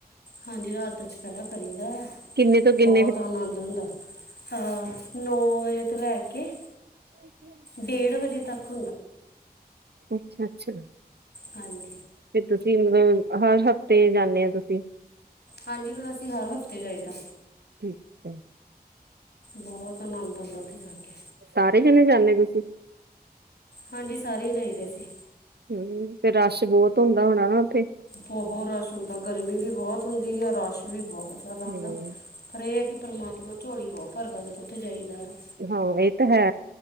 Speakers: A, on the left; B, on the right.
A: ਹਾਂਜੀ, ਰਾਤ ਦਾ ਚੋਪਹਿਰਾ ਕਰੀਦਾ ਯਾ,
B: ਕਿੰਨੇ ਤੋਂ ਕਿੰਨੇ
A: ਬਹੁਤ ਆਨੰਦ ਹੁੰਦਾ। ਹਾ ਨੌ ਵਜੇ ਤੋਂ, ਲੈਕੇ
B: ਓ <unintelligible>
A: ਡੇਢ ਵਜੇ ਤੱਕ।
B: ਅੱਛਾ-ਅੱਛਾ,
A: ਹਾਂਜੀ
B: ਫਿਰ ਤੁਸੀਂ, ਮਤਲਬ ਹਰ ਹਫ਼ਤੇ ਜਾਂਨੇ ਹੋ, ਤੁਸੀਂ?
A: ਹਾਂਜੀ, ਹੁਣ ਅਸੀਂ ਹਰ ਹਫ਼ਤੇ ਜਾਈਦਾ।
B: ਠੀਕ ਹੈ।
A: ਬਹੁਤ ਆਨੰਦ ਆਉਂਦਾ ਉੱਥੇ ਜਾਕੇ।
B: ਸਾਰੇ ਜਣੇ ਜਾਂਦੇ, ਤੁਸੀ?
A: ਹਾਂਜੀ, ਸਾਰੇ ਈ ਜਾਈਦੇ ਅਸੀ।
B: ਹੂੰ, ਤੇ ਰਸ਼ ਬਹੁਤ ਹੁੰਦਾ ਹੋਣਾ ਨਾ, ਉੱਥੇ?
A: ਬਹੁਤ ਰਸ਼ ਹੁੰਦਾ। ਗਰਮੀ ਵੀ ਬਹੁਤ ਹੁੰਦੀ ਆ, ਰਸ਼ ਵੀ ਬਹੁਤ ਜ਼ਿਆਦਾ ਹੁੰਦਾ।
B: ਹੂੰ
A: ਪਰ ਇਹ ਹੈ ਕਿ, ਪਰਮਾਤਮਾ ਝੋਲੀ ਬਹੁਤ ਭਰਦਾ ਜੱਦ ਉੱਥੇ ਜਾਈਦਾ ਆ।
B: ਹਾਂ, ਇਹ ਤਾ ਹੈ।